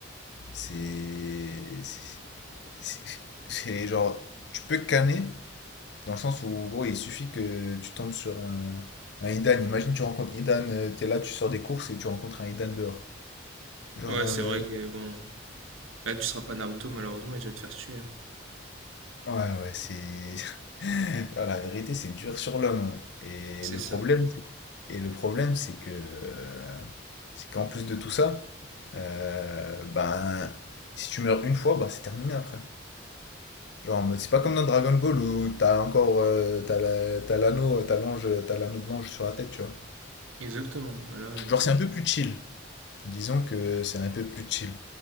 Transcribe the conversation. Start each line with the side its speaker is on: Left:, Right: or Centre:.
Left: C'est. C'est c'est- c'est genre. Tu peux canner, Dans le sens où, gros, il suffit que tu tombes sur un, un Idan. Imagine, tu rencontres Idan, euh, t'es là, tu sors des courses et tu rencontres un Idan dehors. Genre,
Right: Ouais, c'est
Left: euh,
Right: vrai que bon, là tu seras pas Naruto malheureusement et tu vas te faire tuer. hein.
Left: ouais, ouais, ouais, c'est. <laughs> Ah, La vérité, c'est dur sur l'homme. Et
Right: C'est
Left: le
Right: ça.
Left: problème, c'est- et le problème, c'est que, euh, c'est qu'en plus de tout ça, euh, ben, si tu meurs une fois, bah c'est terminé après. Genre, en mode, c'est pas comme dans Dragon Ball où t'as encore, euh, t'as la- t'as l'anneau, t'as l'ange, t'as l'anneau de l'ange sur la tête, tu vois.
Right: Exactement. Là, euh,
Left: Genre, c'est un peu plus chill. Disons que c'est un peu plus chill.